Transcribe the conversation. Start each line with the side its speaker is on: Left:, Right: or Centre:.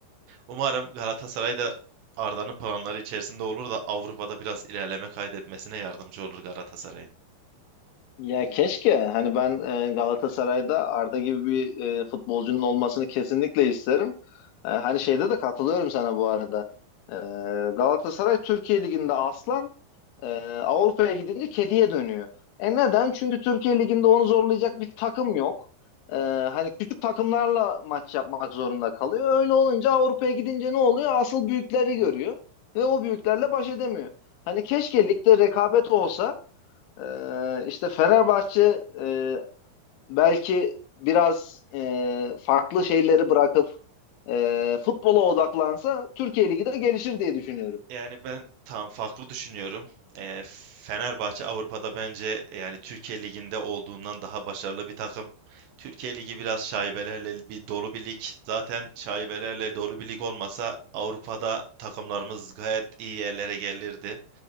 Right: Umarım Galatasaray da Arda'nın planları içerisinde olur da Avrupa'da biraz ilerleme kaydetmesine yardımcı olur Galatasaray'ın.
Left: Ya keşke hani ben e, Galatasaray'da Arda gibi bir e, futbolcunun olmasını kesinlikle isterim. E, hani şeyde de katılıyorum sana bu arada. E, Galatasaray Türkiye Ligi'nde aslan, e, Avrupa'ya gidince kediye dönüyor. E neden? Çünkü Türkiye Ligi'nde onu zorlayacak bir takım yok. E, hani küçük takımlarla maç yapmak zorunda kalıyor. Öyle olunca Avrupa'ya gidince ne oluyor? Asıl büyükleri görüyor ve o büyüklerle baş edemiyor. Hani keşke ligde rekabet olsa. Ee, işte Fenerbahçe e, belki biraz e, farklı şeyleri bırakıp e, futbola odaklansa Türkiye Ligi de gelişir diye düşünüyorum.
Right: Yani ben tam farklı düşünüyorum. Eee, Fenerbahçe Avrupa'da bence yani Türkiye Ligi'nde olduğundan daha başarılı bir takım. Türkiye Ligi biraz şaibelerle bir dolu bir lig. Zaten şaibelerle dolu bir lig olmasa Avrupa'da takımlarımız gayet iyi yerlere gelirdi.